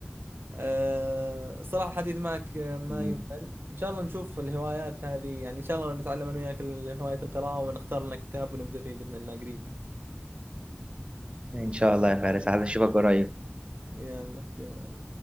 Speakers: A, on the right; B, on the right.
A: أه صراحة حديث معك آه، ما
B: مم.
A: يمل إن شاء الله نشوف الهوايات هذه يعني إن شاء الله نتعلم أنا وياك ال- هواية القراءة ونختار لنا كتاب ونبدأ فيه بإذن الله قريب
B: ان شاء الله يا فارس عايز اشوفك قريب
A: يلا في أمان